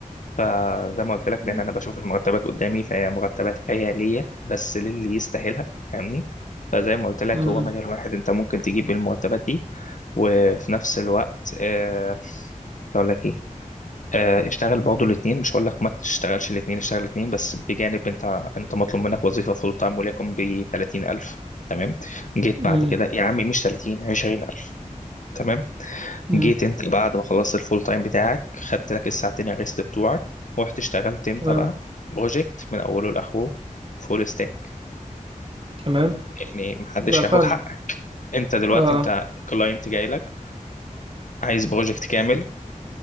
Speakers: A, on the left; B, on the right.
A: فزي ما قلت لك
B: إمم،
A: لان انا بشوف المرتبات قدامي فهي مرتبات خياليه بس للي يستاهلها فاهمني فزي ما قلت لك
B: إمم،
A: هو مجال واحد انت ممكن تجيب بالمرتبات دي وفي نفس الوقت آه، اقول لك ايه آه، اشتغل برضه الاثنين مش هقول لك ما تشتغلش الاثنين اشتغل الاثنين بس بجانب انت انت مطلوب منك وظيفه فول تايم وليكن ب 30000 تمام جيت
B: إمم،
A: بعد كده يا عمي مش 30 20000 تمام
B: إمم،
A: جيت انت بعد ما خلصت الفول تايم بتاعك خدت لك الساعتين الريست بتوعك ورحت اشتغلت انت
B: تمام،
A: بقى بروجكت من اوله لاخره فول ستاك
B: تمام.
A: يعني محدش
B: بالضبط
A: هياخد
B: فعلًا،
A: حقك انت دلوقتي
B: آه،
A: انت كلاينت جاي لك عايز بروجكت كامل